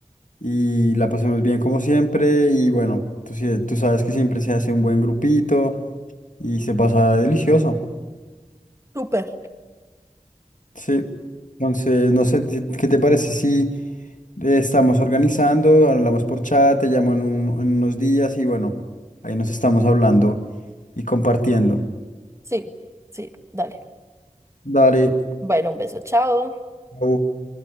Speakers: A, on the left (about 75°); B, on the right (about 20°).
A: y la pasemos bien como siempre y bueno, tú, sí- tú sabes que siempre se hace un buen grupito y se pasa delicioso.
B: Súper.
A: Sí, entonces no sé, si- ¿qué te parece si eh, estamos organizando? Hablamos por chat, te llamo en, un- en unos días y bueno, ahí nos estamos hablando y compartiendo.
B: Sí, sí, dale.
A: Dale.
B: Bueno, un beso, chao.
A: chao.